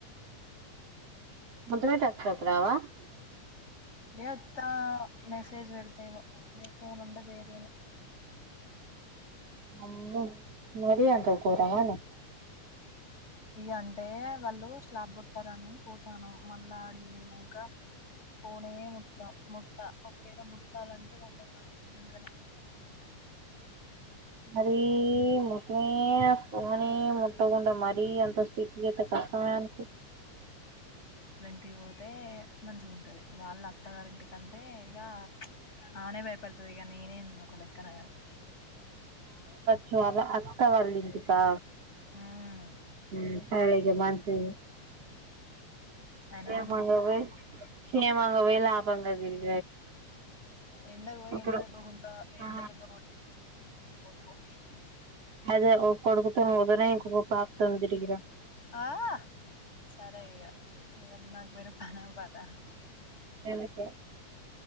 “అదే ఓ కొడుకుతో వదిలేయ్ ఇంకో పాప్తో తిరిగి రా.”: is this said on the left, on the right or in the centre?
Right